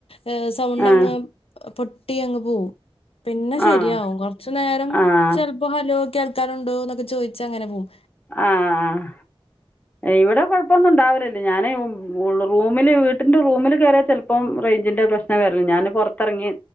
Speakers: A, on the left (about 75°); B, on the left (about 15°).
A: ഏ സൗണ്ടങ്ങ്
B: ആഹ്
A: പൊട്ടി അങ്ങ് പോവും പിന്നെ ശരിയാവും
B: ആഹ്
A: കൊ കുറച്ച് നേരം
B: ആഹ്
A: ചിലപ്പോ ഹലോ കേൾക്കാനുണ്ടോ എന്നൊക്കെ ചോദിച്ച് അങ്ങനെ പോകും
B: ആ ആഹ് ഇവിടെ കുഴപ്പമെന്നും ഉണ്ടാവില്ലല്ലേ ഞാന് റൂമില് വീട്ടിന്റെ റൂമില് കയറിയ ചെല ഇപ്പം റേഞ്ചിന്റെ പ്രശ്നം വരല്ല ഞാന് പുറത്തിറങ്ങി